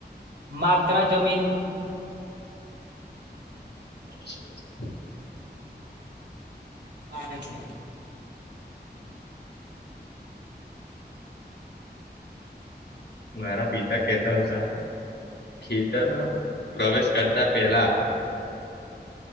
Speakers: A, on the right (about 80°); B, on the left (about 85°).
A: માત્ર જમીન
B: <inaudible>
A: હારે છે.
B: મારા પિતા કેહેતા હતા ખેતરમાં પ્રવેશ કરતા પેલા